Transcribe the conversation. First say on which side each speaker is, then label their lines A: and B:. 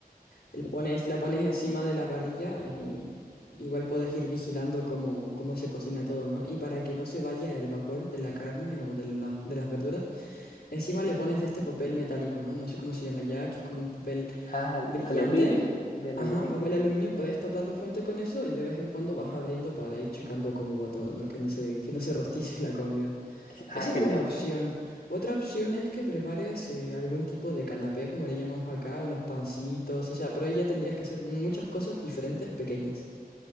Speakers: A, on the left; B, on the left.
A: La pones, la pones encima de la parrilla y igual puedes ir vigilando cómo, cómo se cocina todo, ¿no? Y para que no se vaya el vapor de la carne o de las, de las verduras, encima le pones de este papel metálico, ¿no? No sé cómo se llama ya, que es como un papel
B: Ah,
A: brillante.
B: aluminio, es de aluminio.
A: Ajá, papel aluminio, puedes tapar la fuente con eso y de vez en cuando vas abriendo para ir checando cómo va todo, ¿no? Que no se, que no se rostice la comida.
B: Ah,
A: Esa es
B: genial.
A: una opción. Otra opción es que prepares eh, algún tipo de canapé, como le llamamos acá, unos pancitos, o sea, por ahí ya tendrías que hacer muchas cosas diferentes, pequeñas.